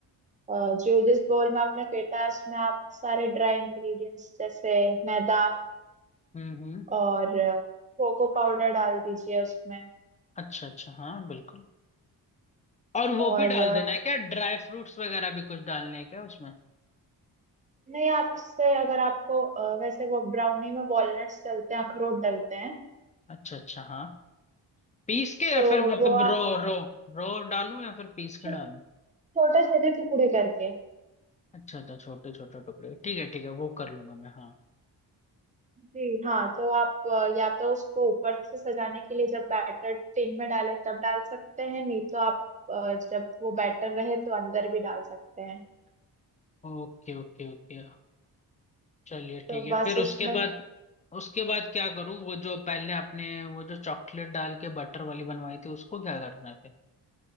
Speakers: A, on the right; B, on the left.
A: अ, जो जिस बोल में आपने फेंटा है उसमें आप सारे ड्राई इंग्रेडिएंट्स जैसे मैदा
B: हम्म हम्म
A: और कोको पाउडर डाल दीजिए उसमें
B: अच्छा अच्छा हाँ बिल्कुल और वो
A: और
B: भी डाल
A: अ,
B: देना है क्या ड्राई फ्रूट्स वगैरह भी कुछ डालने हैं क्या उसमें
A: नहीं आपसे अगर आपको अ, वैसे वो ब्राउनी में वॉलनट्स डलते हैं अखरोट डलते हैं
B: अच्छा अच्छा हाँ पीस के या
A: तो
B: फिर मतलब
A: वो आप
B: रो रो रो डालूं या फिर पीस
A: छो-
B: के डालूं
A: छोटे छोटे टुकड़े करके
B: अच्छा अच्छा छोटे छोटे टुकड़े ठीक है ठीक है वो कर लूंगा मैं हाँ
A: जी हाँ तो आप अ, या तो उसको ऊपर से सजाने के लिए जब बैटर टिन में डाले तब डाल सकते हैं नहीं तो आप अ, जब वो बैटर रहे तो अंदर भी डाल सकते हैं
B: ओके ओके ओके चलिए
A: तो
B: ठीक है
A: बस
B: फिर
A: उसमें
B: उसके बाद उसके बाद क्या करूँ वो जो पहले आपने वो जो चॉकलेट डाल के बटर वाली बनवाई थी उसको क्या करना है फिर